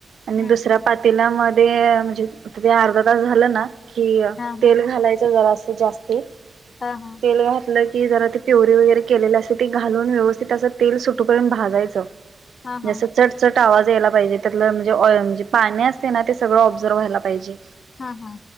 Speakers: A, on the right (about 70°); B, on the left (about 60°).
A: आणि
B: हा
A: दुसऱ्या पातीलामध्ये म्हणजे ते अर्धा तास झालं ना कि
B: हा हा
A: तेल घालायचं जरासं जास्ती
B: हा हा
A: तेल घातलं की जरा ती प्युरी वगैरे केलेली असते ते घालून व्यवस्थित असं तेल सुटू पर्यंत भाजायचं
B: हा हा
A: जस चटचट आवाज यायला त्यातलं म्हणजे पाणी असते, ना ते सगळं ऑब्झर व्हायला पाहिजे.
B: हा हा